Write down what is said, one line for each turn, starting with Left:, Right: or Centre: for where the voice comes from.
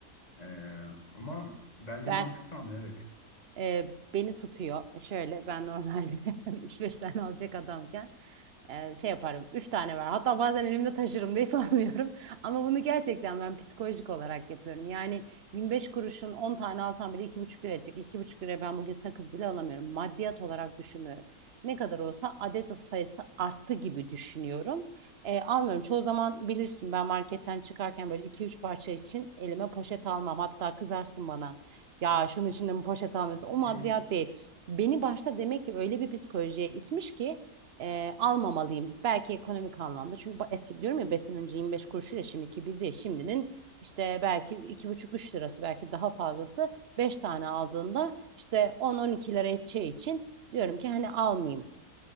Left: Ee, ama bence
Right: Ben
Left: mantıklı hamle evet.
Right: e, beni tutuyor E, şöyle ben normalde <laughs> üç 5 tane alacak adamken Ee, şey yaparım. Üç tane var. Hatta bazen elimde taşırım deyip <laughs> almıyorum. Ama bunu gerçekten ben psikolojik olarak yapıyorum. Yani 25 kuruşun 10 tane alsam bile iki buçuk lira edecek. iki buçuk liraya ben bugün sakız bile alamıyorum. Maddiyat olarak düşünmüyorum. Ne kadar olsa adet sayısı arttı gibi düşünüyorum. Ee, almıyorum. Çoğu zaman bilirsin ben marketten çıkarken böyle iki üç parça için elime poşet almam. Hatta kızarsın bana. Ya şunun içinde mi poşet almıyorsun? O maddiyat
Left: Hmm,
Right: değil. Beni başta demek ki öyle bir psikolojiye itmiş ki e, almamalıyım. Belki ekonomik anlamda. Çünkü ba- eski diyorum ya 5 sene önce 25 kuruşuyla şimdiki bir değil. Şimdinin işte belki iki buçuk üç lirası belki daha fazlası 5 tane aldığında işte 10-12 lira edeceği için diyorum ki hani almayayım.